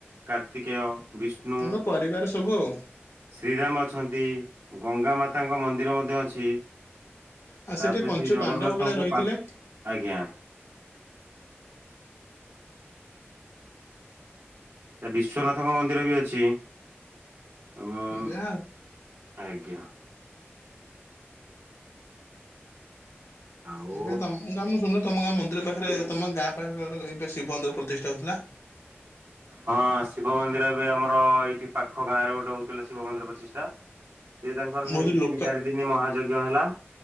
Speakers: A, on the right; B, on the left.
A: କାର୍ତ୍ତିକେୟ ବିଷ୍ଣୁ,
B: ତାଙ୍କ ପରିବାର ସବୁ ଆଉ
A: ଶ୍ରୀରାମ ଅଛନ୍ତି, ଗଙ୍ଗା ମାତା ଙ୍କ ମନ୍ଦିର ମଧ୍ୟ ଅଛି,
B: ଆଉ ସେଠି
A: ତାପରେ
B: ପଞ୍ଚୁ
A: ଶ୍ରୀ ଜଗନ୍ନାଥଙ୍କୁ
B: ପାଣ୍ଡବ କାଳେ ରହିଥିଲେ
A: ପା-ଆଜ୍ଞା। ତା ବିଶ୍ଵନାଥଙ୍କ ମନ୍ଦିର ବି ଅଛି, ଏବଂ
B: ଯାହା
A: ଆଜ୍ଞା। ଆଉ
B: ଏବେ ତମେ ମୁଁ ଶୁଣୀନୁ ତମ ଗାଁ ମନ୍ଦିର ପାଖରେ, ତମ ଗାଁ ପାଖରେ ଏବେ ଶିବ ମନ୍ଦିର ପ୍ରତିଷ୍ଠା ହଉଥିଲା।
A: ହଁ ଶିବ ମନ୍ଦିର ଏବେ ଆମର ଏଇଠି ପାଖ ଗାଁ ରେ ଗୋଟେ ହଉଥିଲା ଶିବ ମନ୍ଦିର ପ୍ରତିଷ୍ଠା। ସେ ତାଙ୍କର
B: ବହୁତ
A: ସେମିତି
B: ଲୋକ
A: ତିନି ଚାରି ଦିନ ମହାଯଜ୍ଞ ହେଲା।